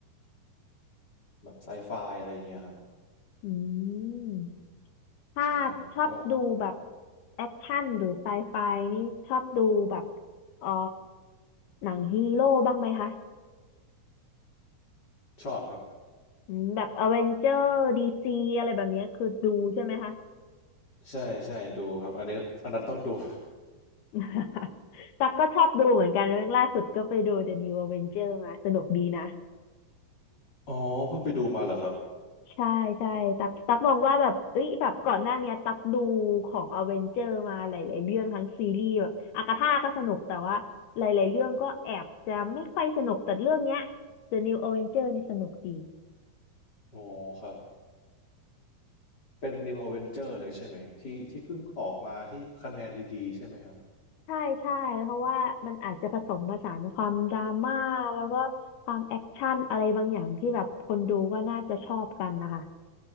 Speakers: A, on the left; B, on the left.
A: แบบไซไฟอะไรเงี้ยครับ
B: อืมถ้าชอบดูแบบ
A: ใช่ครับก็
B: แอคชั่นหรือไซไฟนี่ชอบดูแบบเอ่อหนังฮีโร่บ้างไหมคะ
A: ชอบครับ
B: อืมแบบอเวนเจอร์ดีซีอะไรแบบเนี้ยคือดูใช่ไหมคะ
A: ใช่ใช่ดูครับอันนี้อันนั้นต้องดู
B: <laughs> ตักก็ชอบดูเหมือนกันเรื่องล่าสุดก็ไปดู The New Avenger มาสนุกดีนะ
A: <laughs> อ๋อเพิ่งไปดูมาเหรอครับ
B: ใช่ใช่ตักตักมองว่าแบบเอ้ยแบบก่อนหน้าเนี้ยตักดูของอเวนเจอร์มาหลายๆเรื่องทั้งซีรีส์แบบอากาธาก็สนุกแต่ว่าหลายๆเรื่องก็แอบจะไม่ค่อยสนุกแต่เรื่องเนี้ย The New Avenger เนี่ยสนุกดี
A: อ๋อครับเป็น New Avenger เลยใช่ไหมที่ที่เพิ่งออกมาที่คะแนนดีๆใช่ไหมครับ
B: ใช่ใช่เพราะว่ามันอาจจะผสมผสานความดราม่าแล้วก็ความแอคชั่นอะไรบางอย่างที่แบบคนดูก็น่าจะชอบกันนะคะ